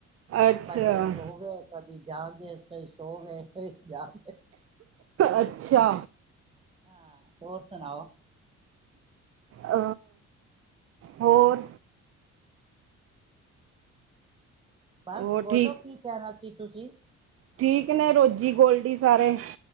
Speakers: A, on the right; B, on the right.
A: ਅੱਛਾ
B: ਬਾਈ ਤਾਂ ਇਸ ਹੋ ਗਏ ਕਦੀ ਜਾਣਗੇ ਕਈ ਸੋ ਗਏ ਜਾਗੇ
A: ਅੱਛਾ
B: ਹਾਂ ਤਰ ਸੁਣਾਓ।
A: ਆ ਹੋਰ
B: ਬਸ
A: ਹੋਰ
B: ਬੋਲੋ
A: ਠੀਕ
B: ਕੀ ਕਹਿਣਾ ਸੀ ਤੁਸੀਂ
A: ਠੀਕ ਨੇ ਰੋਜ਼ਜੀ ਗੋਲਡੀ ਸਾਰੇ।